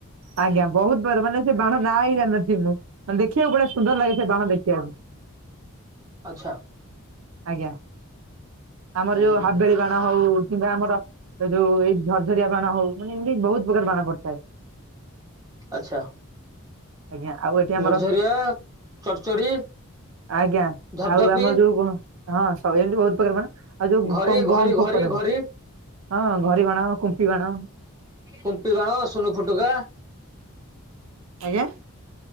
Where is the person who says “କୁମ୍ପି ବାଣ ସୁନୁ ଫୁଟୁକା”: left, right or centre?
Right